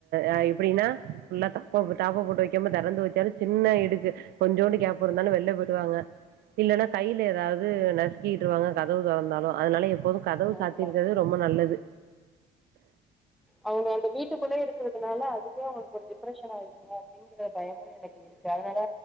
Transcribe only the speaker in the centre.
ஆமா
அவ்ங்க அந்த வீட்டுக்குள்ளயே இருக்குறதுனால அதுவே அவுங்குளுக்கு ஒரு டிப்ரஷன் ஆய்டுமோ அப்டி ங்குற பயமு எனக்கு இருக்கு அதுனால